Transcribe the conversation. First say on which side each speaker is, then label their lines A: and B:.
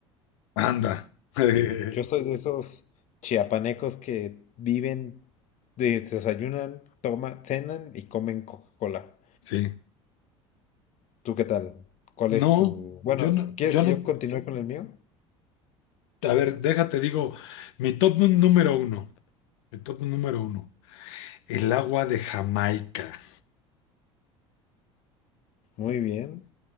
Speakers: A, on the left; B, on the left.
A: Anda. <laughs>
B: Yo soy de esos chiapanecos que viven, de- desayunan, toman, cenan y comen Coca-Cola.
A: Sí.
B: ¿Tú qué tal? ¿Cuál
A: No,
B: es tu...?
A: yo
B: Bueno,
A: no,
B: ¿quieres
A: yo
B: que
A: no.
B: yo continúe con el mío?
A: A ver, déjate, digo, mi top número uno. Mi top número uno. El agua de Jamaica.
B: Muy bien.